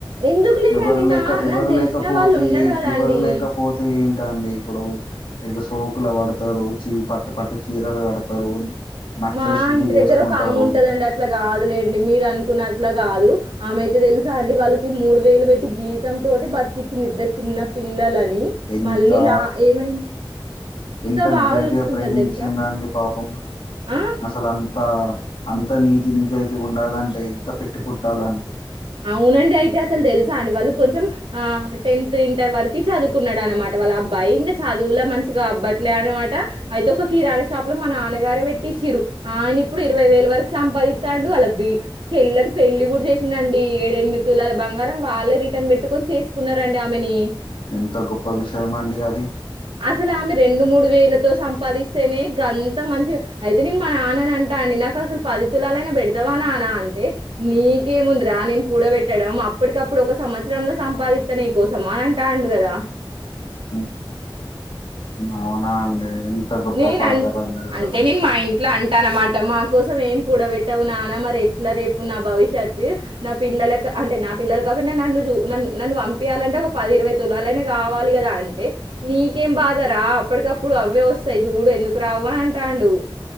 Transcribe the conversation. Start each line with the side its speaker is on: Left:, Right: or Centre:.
Right: ఎందుకు లేరండి
Left: ఎవరు లేక
Right: నా
Left: ఎవరు
Right: నాకు దెలిసిన
Left: లేకపోతే
Right: వాళ్ళు ఉన్నారు గదండీ.
Left: ఎవరు లేకపోతే టే అండి ఇప్పుడు ఇగ సోకులు పడతారు చీ పట్టు పట్టు చీరలు కడతారు నక్లెస్లు
Right: మా ఇంటి
Left: వేసుకుంటారు
Right: దగ్గర ఒక ఆమె ఉంటదండి అ అట్లా కాదులేండి మీరు అనుకున్నట్లా కాదు ఆమెయితే తెలుసా అండి వాళ్ళకి మూడు వేలు పెట్టి జీతం తోటి బతకిచ్చింది ఇద్దరు చిన్న పిల్లలని
Left: ఎంతా
Right: మళ్ళీ లా ఏమైంది
Left: ఎంత
Right: బాగా
Left: నిజాయితీగా
Right: చూసుకుంటది
Left: ప్రేమించిందండి
Right: తెలుసా?
Left: పాపం
Right: ఆ!
Left: అసలు అం త అంత నీతి నిజయితీగ ఉండాలంటే ఎంత పెట్టి పుట్టాలండి
Right: అవు నండి అయితే అసలు తెలుసా అండి వాళ్ళు కొంచెం ఆ టెన్త్ ఇంటర్ వరకు చదువుకున్నాడు అనమాట వాళ్ళ అబ్బాయి ఇంగ చదువులో మంచిగా అబ్బట్లే అనమాట అయితే ఒక కిరాణ షాప్ ల మా నాన్నగారే పెట్టిచ్చిరు ఆయన ఇప్పుడు ఇరవై వేల వరకు సంపాదిత్తండు వాళ్ళ బీ చెల్లకి పెళ్ళి కూడా చేసిండ ఏడేనిమిద్ తులాల బంగారం వాళ్ళే రిటర్న్ పెట్టుకొని చేసుకున్నారండి ఆమెని
Left: ఎంత గొప్ప విషయం అండి అది
Right: అసలు ఆమె రెండు మూడు వేలతో సంపాదిస్తేనే గంత మంచిగా అయితే నేను మా నాన్నని అంటా అండి నాకు అసలు పది తులాలైనా పెడతావా నాన్న అంటే నీకేముందరా నేను కూడపెట్టడం అప్పడికప్పుడు ఒక సంవత్సరంలో సంపాదిత్త నీ కోసం అని అంటాం ండు కదా
Left: మ్ అవునా అండి గొప్ప
Right: నేనం
Left: ఫాదర్ అండి అసలు
Right: అంటే నేను మా ఇంట్ల అం టనమాట మా కోసం ఏం కూడబెట్టవు నాన్న మరి ఎట్ల రేపు నా భవిష్యత్ నా పిల్లలక్ అంటే నా పిల్లలు కాపోయిన నన్ను జు నన్ నన్ను పంపియాలంటే ఒక పది ఇరవై తులాలైనా కావాలి కదా అంటే నీకేం బాధరా అప్పటికప్పుడు అవే వస్తాయి చూడు ఎందుకు రావు అంటాండు